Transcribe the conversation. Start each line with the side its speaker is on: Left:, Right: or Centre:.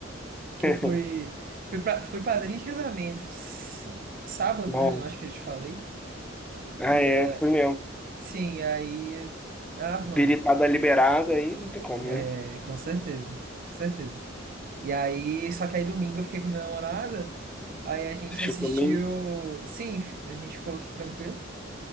Right: Que
Centre: <laughs>
Right: eu fui, fui, pra- fui padrinho de casamento. S- Sábado,
Centre: Não.
Right: né? Eu acho que eu te falei.
Centre: Ah,
Right: E
Centre: é,
Right: ah,
Centre: foi mesmo.
Right: sim, aí. Ave Maria.
Centre: Biripada liberada aí, não tem como,
Right: É,
Centre: né?
Right: com certeza. Com certeza. E aí, só que aí domingo eu fiquei com a minha namorada. Aí a gente
Centre: Assistiu
Right: assistiu.
Centre: por mim,
Right: Sim, a gente ficou aqui tranquilo.